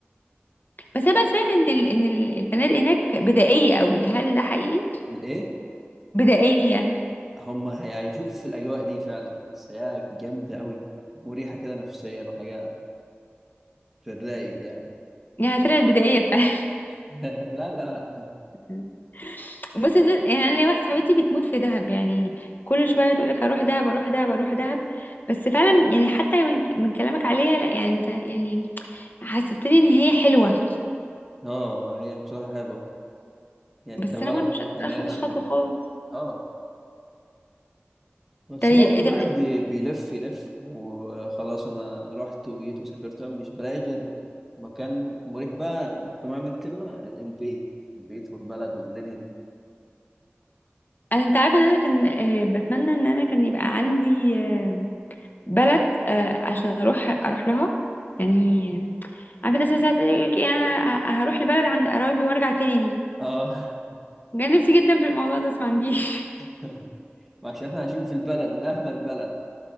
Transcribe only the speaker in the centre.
فالايه
هم هيعيشوك في الاجواء دي فعلا بس هي جامده قوي مريحه كده نفسيا وحاجه في الرايق يعني
<laughs> لا لا
اه ما هي بصراحه حلوه يعني
كبلد
وكناس
و...
اه بس
برضه
الواحد
بي- بيلف يلف وخلاص انا رحت وجيت وسافرت مش بلاقي غير مكان مريح بقى بمعنى الكلمة البيت البيت والبلد والدنيا دي
اه
<laughs> عشان احنا عايشين في البلد واهل البلد